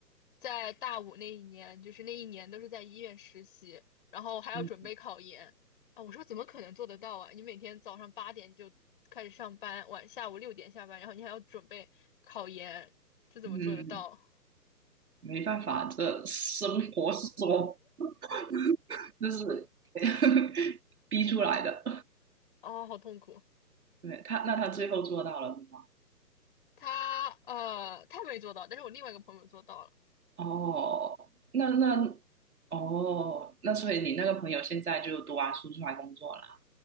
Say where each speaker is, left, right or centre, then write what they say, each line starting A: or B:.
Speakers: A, on the left; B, on the right.
A: 在大五那一年，就是那一年都是在医院实习，然后还要准备考研啊。
B: 嗯
A: 我说怎么可能做得到啊？你每天早上八点就开始上班，晚下午六点下班，然后你还要准备考研，这怎么做得到？
B: 嗯，没办法，这生活所 <laughs> 就是 <laughs> 逼出来的。
A: 哦，好痛苦。
B: 对他，那他最后做到了是吗？
A: 他呃他没做到，但是我另外一个朋友做到了。
B: 哦，那那哦，那所以你那个朋友现在就读完书出来工作了。